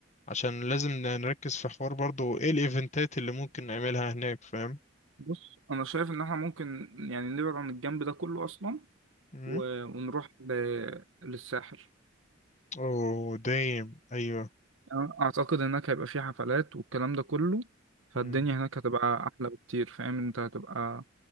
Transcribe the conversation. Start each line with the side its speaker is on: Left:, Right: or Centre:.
Left: عشان لازم ن- نركز في حوار برضو ايه الايفنتات اللي ممكن نعملها هناك فاهم
Right: بص انا شايف ان احنا ممكن يعني نبعد عن الجنب ده كله اصلا
Left: مم.
Right: و- ونروح ل... للساحل
Left: اوه دايم ايوه
Right: أنا اعتقد هناك هيبقى في حفلات والكلام ده كله فالدنيا
Left: مم.
Right: هناك هتبقى احلى بكتير فاهم انت هتبقى